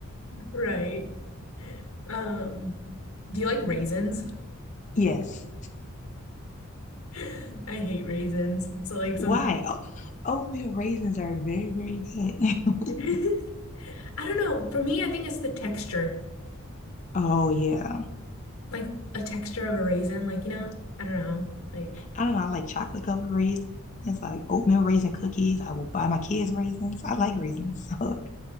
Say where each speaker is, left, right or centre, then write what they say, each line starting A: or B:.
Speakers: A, on the left; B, on the left.
A: Right. Um, do you like raisins?
B: Yes.
A: <laughs> I hate raisins. So like
B: Why? Oh, oatmeal raisins are very, very good.
A: <laughs> I
B: <laughs>
A: don't know. For me, I think it's the texture,
B: Oh yeah.
A: like a texture of a raisin. Like, you know, I don't know. Like,
B: I don't know. I like chocolate covered raisins, like oatmeal raisin cookies. I will buy my kids raisins. I like raisins. <laughs> So,